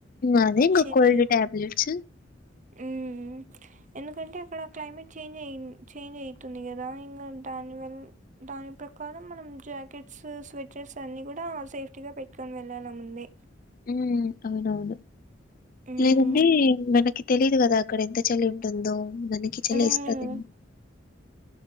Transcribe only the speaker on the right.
వచ్చేది
మ్మ్. ఎందుకంటే అక్కడ క్లైమేట్ చేంజ్ అయి చేంజ్ అయితుంది కదా ఇంకా దానివల్ల దాని ప్ర కారం మనం జాకెట్స్ స్వెటర్స్ అన్ని కూడా సేఫ్టీ గా పెట్టుకొని వెళ్ళాలముంది
మ్మ్.
మ్మ్.